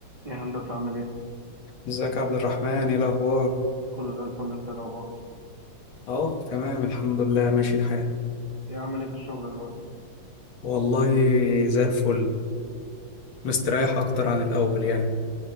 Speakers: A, on the right; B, on the left.
A: يا هندسة عامل ايه؟
B: ازيك يا عبد الرحمن ايه الاخبار
A: كله زي الفل انت إيه الاخبار
B: اه تمام الحمد لله ماشي الحال
A: ايه عامل ايه في الشغل دلوقتي؟
B: والله زي الفل مستريح اكتر عن الاول يعني